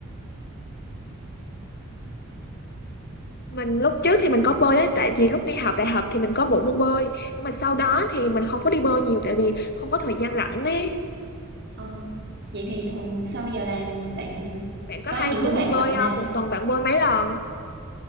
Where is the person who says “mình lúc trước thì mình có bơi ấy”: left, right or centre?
Left